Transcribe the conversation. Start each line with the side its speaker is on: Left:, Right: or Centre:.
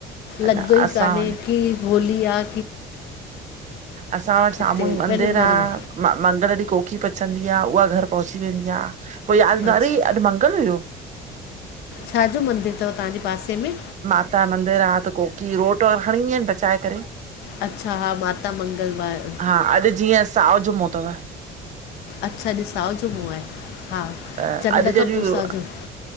Left: लॻदो
Right: न
Left: ई
Right: असां
Left: काने की होली आ।
Right: असां वट
Left: हिते
Right: साम्हूं ई मंदिर
Left: पंहिंजो
Right: आ
Left: घर में
Right: म मंदिर ॾींहं को की पचंदी आ उहा घर पोहुची वेंदी आ पो यादि न
Left: अच्छा
Right: अरे अॼु मंगल हुयो।
Left: छा जो मंदरु तव तव्हांजे पासे में?
Right: माता मंदिर आह त कोकी रोट खणी ईंदयू आहिनि पचाए करे।
Left: अच्छा हा माता मंगलवार
Right: हा अॼु जीअं साओ जमो थव
Left: अच्छा अॼ साओ जुमो आहे हा
Right: अॼु
Left: चंड
Right: जॾहिं
Left: खां पो
Right: बि
Left: साओ जुमो।